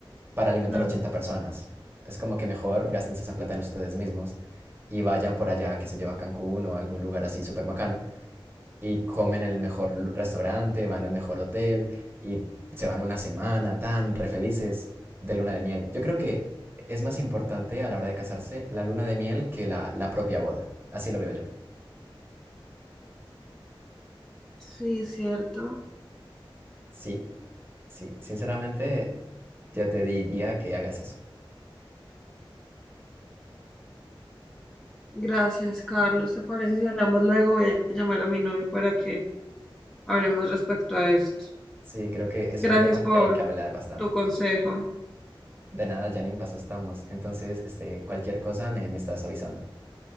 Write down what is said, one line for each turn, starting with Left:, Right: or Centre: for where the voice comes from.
Right: para alimentar
Centre: Mm,
Right: 80 personas. Es como que mejor gástense esa plata en ustedes mismos y vayan por allá, qué sé yo, a Cancún o a algún lugar así súper bacano y comen en el mejor lu- restaurante, van al mejor hotel y se van una semana tan re felices de luna de miel. Yo creo que es más importante a la hora de casarse la luna de miel que la, la propia boda. Así lo veo yo.
Centre: sí, cierto.
Right: Sí, sí, sinceramente Yo te diría que hagas eso.
Centre: Gracias, Carlos. ¿Te parece si hablamos luego? Voy a llamar a mi novio para que hablemos respecto a esto.
Right: Sí, creo que es
Centre: Gracias
Right: un tema
Centre: por
Right: que hay que hablar bastante.
Centre: tu consejo.
Right: De nada, Janine, paso estamos. Entonces, este, cualquier cosa me, me estás avisando.